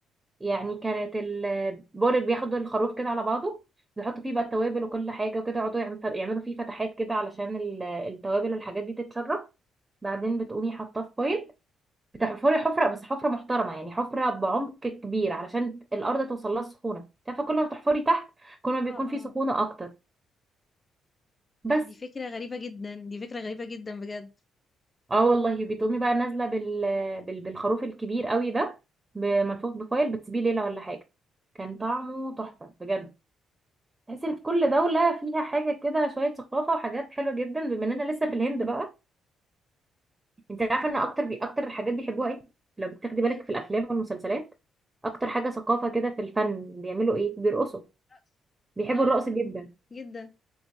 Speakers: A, on the right; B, on the left.
A: يعني كانت ال- بقول لك بياخدوا الخروف كده على بعضه بيحطوا فيه بقى التوابل وكل حاجه وكده يقعدوا يعمل- يعملوا فيه فتحات كده علشان ال- التوابل والحاجات دي تتشرب بعدين بتقومي حاطاه في فويل بتح- بتحفري حفرة بس حفرة محترمة يعني حفرة بعمق كبير علشان الأرض توصل لها السخونة تعرفي كل ما بتحفري تحت كل ما
B: اه
A: بيكون في
B: اه
A: سخونة أكتر بس
B: لا دي فكرة غريبة جدا دي فكرة غريبة جدا بجد
A: اه والله بتقومي بقى نازلة بال... بال... بالخروف الكبير قوي ده ملفوف بفايل بتسيبيه ليلة ولا حاجة كان طعمه تحفة بجد تحس ان في كل دولة فيها حاجة كده شوية ثقافة وحاجات حلوة جدا بما اننا لسه في الهند بقى انت عارفة ان اكتر بي... اكتر الحاجات بيحبوها ايه لو بتاخدي بالك
B: ايه
A: في الافلام والمسلسلات اكتر حاجة ثقافة كده في الفن بيعملوا ايه بيرقصوا
B: رقص
A: بيحبوا
B: اه
A: الرقص جدا
B: جدا